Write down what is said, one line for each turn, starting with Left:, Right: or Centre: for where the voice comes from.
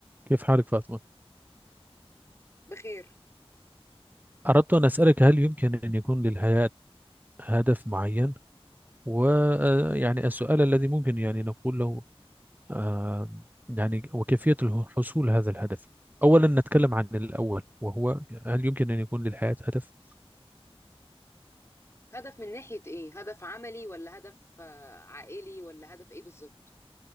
Right: كيف حالك فاطمة؟
Left: بخير
Right: أردت أن أسألك هل يمكن أن يكون للحياة هدف معين؟ ويعني السؤال الذي ممكن يعني نقول له آه، يعني وكيفية اله- حصول هذا الهدف؟ أولا نتكلم عن الأول وهو هل يمكن أن يكون للحياة هدف؟
Left: هدف من ناحية ايه؟ هدف عملي ولا هدف آه، عائلي ولا هدف ايه بالظبط؟